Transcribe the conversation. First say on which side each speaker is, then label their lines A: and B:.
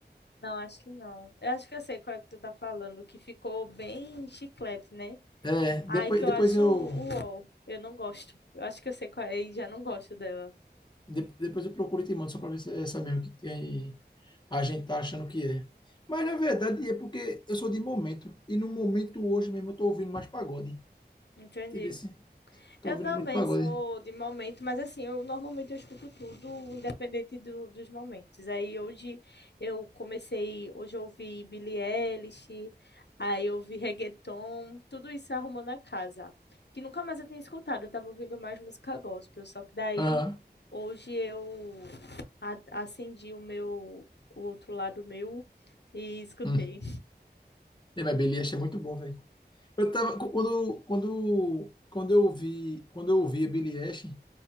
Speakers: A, on the left (about 75°); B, on the left (about 25°).
A: Não, acho que não. Eu acho que eu sei qual é que tu tá falando, que ficou bem chiclete, né?
B: É, depois,
A: Ai, que eu
B: depois
A: acho
B: eu
A: o UOL. Eu não gosto. Eu acho que eu sei qual é e já não gosto dela.
B: de- depois eu procuro e te mando só pra ver se é essa mesmo que tem, a gente tá achando que é. Mas na verdade é porque eu sou de momento e no
A: Uhum.
B: momento hoje mesmo eu tô ouvindo mais pagode.
A: Entendi.
B: Te disse, tô
A: Eu
B: ouvindo
A: também
B: muito pagode.
A: sou de momento, mas assim, eu normalmente eu escuto tudo, independente do- dos momentos. Aí hoje eu comecei, hoje eu ouvi Billie Eilish, aí eu ouvi reggaeton, tudo isso arrumou na casa, que nunca mais eu tinha escutado, eu tava ouvindo mais música gospel, só que daí
B: Aham.
A: hoje eu a- acendi o meu, o outro lado meu e escutei.
B: Hum. E, mas Billie Eilish é muito bom, velho. Eu tava quando quando quando eu ouvi, quando eu ouvi a Billie Eilish